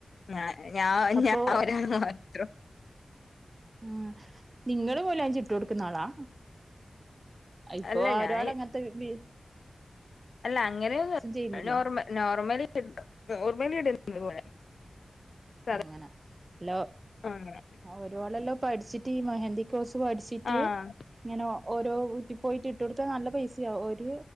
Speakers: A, on the left; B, on the right.
A: ഞ ഞ
B: അപ്പൊ
A: ഞ ഒരാണ പറഞ്ഞ ത്ര?
B: ഉം ഇങ്ങള് മൈലാഞ്ചി ഇട്ടൊടുക്കുന്ന ആളാ. ഇപ്പൊ
A: അല്ല ഞാൻ
B: ഒരാള് അങ്ങനത്തെ ഇട്.
A: അല്ല അങ്ങനെയല്ല
B: ചെയ്യുന്നില്ലേ
A: നോർ നോർമലി നോർമലി ഇടുന്നത് പോലെ സാധാ
B: അങ്ങനെ ല്ലോ.
A: അങ്ങനെ
B: ഒരാളല്ലോ പഠിച്ചിട്ട് ഈ മെഹന്ദി കോഴ്സ് പഠിച്ചിട്ട്
A: ആഹ്
B: ങ്ങനോ. ഓരോ വീട്ടിൽ പോയിട്ട് ഇട്ട് കൊടുത്താൽ നല്ല പൈസയാ. ഒരു